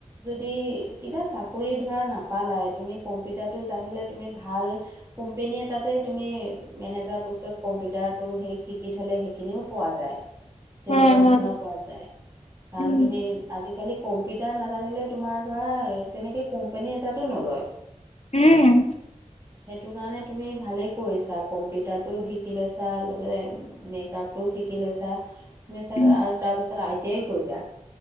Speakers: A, on the right; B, on the left.
A: কিবা চাকৰি ধৰা নাপালাই তুমি কম্পিউাৰটো জানিলে তুমি ভাল কোম্পেনী এটাতেই তুমি মেনেজাৰ পোষ্টত কম্পিউটাৰটো সেই শিকি থ'লে সেইখিনিও পোৱা যায়। তেনেকুৱা
B: হয় হয়
A: ধৰণৰ পোৱা যায়, কাৰণ
B: উম
A: তুমি আজি কালি কম্পিউটাৰ নাজানিলে তোমাৰ ধৰা তেনেকৈ কোম্পানী এটাটো নলয়।
B: উম।
A: সেইটোকাৰণে তুমি ভালেই কৰিছা কম্পিউটাৰটো শিকি লৈছা, লগতে মেকআপটো শিকি লৈছা। তু আৰু
B: উম।
A: তাৰপিছত আই টি আই কৰিবা।